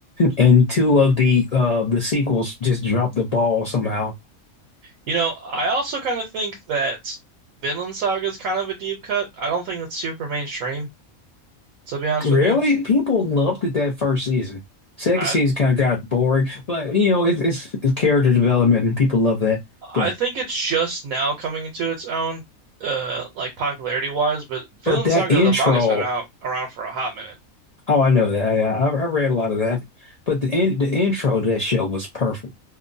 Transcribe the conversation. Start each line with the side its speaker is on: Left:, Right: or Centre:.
Left: and two of the uh the sequels just dropped the ball somehow.
Right: You know, I also kind of think that Vinland Saga is kind of a deep cut. I don't think that's super mainstream, to be honest
Left: Really?
Right: with you.
Left: People loved it that first season. Second
Right: I
Left: season kind of got boring, but you know, it's, it's it's character development and people love that. But
Right: I think it's just now coming into its own, uh, like popularity wise. But Vinland
Left: but that
Right: Saga,
Left: intro,
Right: the manga's been out around for a hot minute.
Left: oh, I know that. I, I, I read a lot of that. But the in, the intro to that show was perfect.